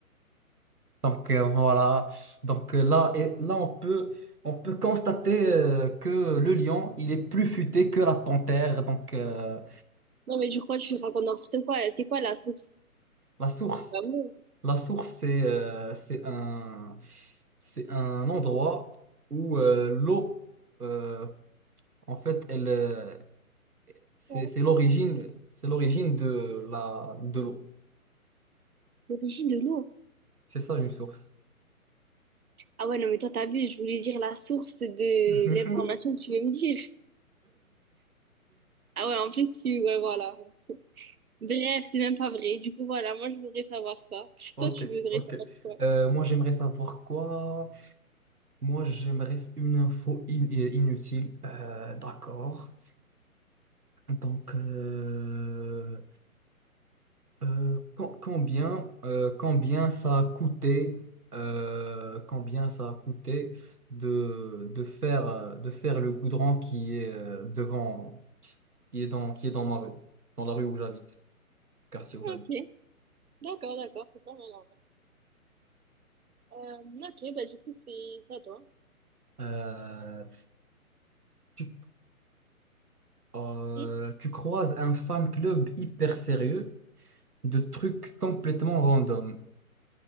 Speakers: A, on the right (about 90°); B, on the right (about 70°).
A: Donc euh, voilà. Donc euh, là, et, là on peut, on peut constater euh, que le lion, il est plus futé que la panthère. Donc euh,
B: Non, mais je crois que tu racontes n'importe quoi. C'est quoi la source?
A: la source.
B: Bah ouais,
A: La source, c'est euh, c'est un, c'est un endroit où euh, l'eau, euh, en fait, elle, euh, c'est
B: ouais.
A: c'est l'origine, c'est l'origine de la, de l'eau.
B: l'origine de l'eau.
A: C'est ça une source.
B: Ah ouais, non, mais toi, t'as vu, je voulais dire la source de
A: <laughs>
B: l'information que tu veux me dire. Ah ouais, en plus, tu, ouais, voilà. Bref, c'est même pas vrai. Du coup, voilà, moi, je voudrais savoir ça. <laughs>
A: Ok,
B: Toi, tu voudrais
A: ok.
B: savoir quoi?
A: Euh, moi, j'aimerais savoir quoi? Moi, j'aimerais une info in- inutile. Euh, d'accord. Donc, euh, Euh, com- combien, euh, combien ça a coûté, euh, combien ça a coûté de, de faire, euh, de faire le goudron qui est euh, devant, qui est dans, qui est dans ma rue, dans la rue où j'habite, quartier où
B: Ah,
A: j'habite.
B: Ok, d'accord, d'accord, c'est pas mal en vrai. Euh, ok, bah du coup, c'est ça, toi.
A: Euh, tu, euh,
B: Hum,
A: tu croises un fan club hyper sérieux de trucs complètement random.